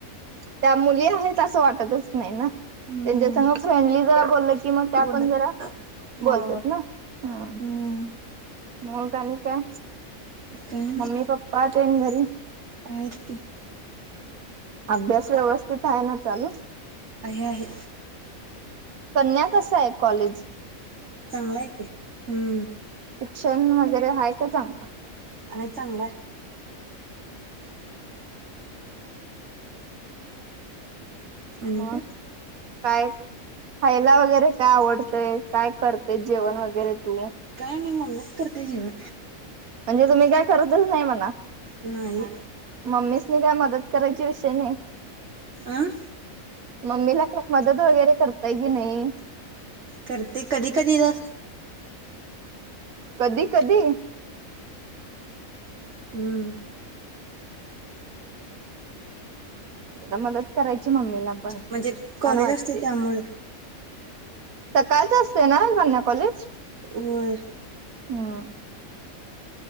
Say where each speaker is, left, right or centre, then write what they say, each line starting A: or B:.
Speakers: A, on the right; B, on the right.
A: त्या मुली आहेत असं वाटतच नाही ना,
B: हम्म.
A: त्यांच्या संग फ्रेंडली जरा बोललं की मग त्या
B: बोललं
A: पण जरा
B: की
A: बोलत्यात
B: होय
A: ना हा.
B: हम्म
A: मग आणि काय,
B: काय नाही
A: मम्मी पप्पा तेन घरी?
B: आहेत की.
A: अभ्यास व्यवस्थित हाय ना चालू?
B: आहे, आहे.
A: कन्या कसं आहे कॉलेज?
B: चांगला आहे की हम्म.
A: शिक्षण वगैरे हाय का चांगलं?
B: हाय चांगला आहे. आणि
A: मग
B: काय?
A: कायस खायला वगैरे काय आवडतंय काय करतेस जेवण वगैरे तू?
B: काय नाय मम्मीच करते जेवण.
A: म्हणजे तुम्ही काय करतच नाही म्हणा.
B: नाही.
A: मम्मीसनी काय मदत करायची विषय नाही?
B: आं
A: मम्मीला काय मदत वगैरे करताय की नाही?
B: करते कधी-कधीतर.
A: कधी-कधी
B: हम्म.
A: जरा मदत करायची मम्मीला पण
B: म्हणजे
A: छान
B: कॉलेज
A: वाटतय.
B: असते त्यामुळं
A: सकाळचं असतंय ना कन्या कॉलेज?
B: होय.
A: हम्म